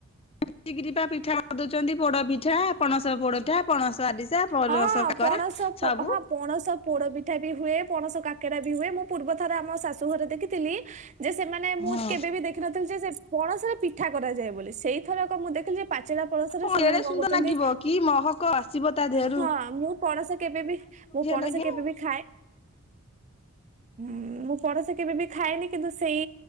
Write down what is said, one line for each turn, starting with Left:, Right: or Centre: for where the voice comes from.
Left: ବାଟିକିରି ପା ପିଠା କରିଦଉଛନ୍ତି, ପୋଡ ପିଠା ପଣସ ପୋଡଠା, ପଣସ ଆରି <unintelligible>
Right: ହଁ
Left: କାକରା
Right: ପଣସ ପୋ-
Left: ସବୁ।
Right: ହଁ ପଣସ ପୋଡ ପିଠା ବି ହୁଏ, ପଣସ କାକେରା ବି ହୁଏ, ମୁଁ ପୂର୍ବ ଥର ଆମ ଶାଶୁ ଘରେ ଦେଖିଥିଲି। ଯେ ସେମାନେ ମୁଁ
Left: ହଁ
Right: କେବେ ବି ଦେଖିନଥିଲି ଯେ କଣ ସ ପିଠା କରାଯାଏ ବୋଲି, ସେଇଥରକ ମୁଁ ଦେଖିଲି ଯେ ପାଚିଲା ପଣସ ରେ
Left: ହଁ
Right: ସେମାନେ
Left: ଏଡେ
Right: କଣ
Left: ସୁନ୍ଦର
Right: କରୁଛନ୍ତି?
Left: ଲାଗିବ କି ମହକ ଆସିବ ତା ଦେହ
Right: ହଁ ମୁଁ ପଣସ କେବେବି, ମୁଁ ପଣସ
Left: ଲାଗିବ।
Right: କେବେବି ଖାଏ ହୁଁ ମୁଁ ପଣସ କେବେ ବି ଖାଏନି କିନ୍ତୁ ସେଇ